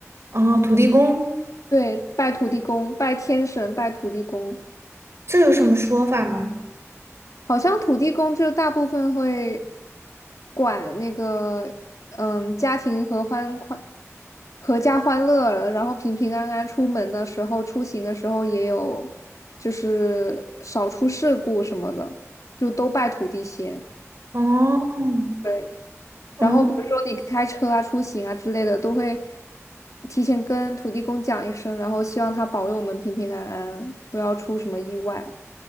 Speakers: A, on the right; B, on the left.
A: 哦，土地公，
B: 对，拜土地公，拜天神，拜土地公。
A: 这有什么说法吗？
B: 好像土地公就大部分会管那个，嗯，家庭合欢欢，阖家欢乐，然后平平安安出门的时候，出行的时候也有，就是少出事故什么的，就都拜土地仙。
A: 哦。
B: 对。
A: 哦，
B: 然后比如说你开车啊、出行啊之类的，都会提前跟土地公讲一声，然后希望他保佑我们平平安安，不要出什么意外。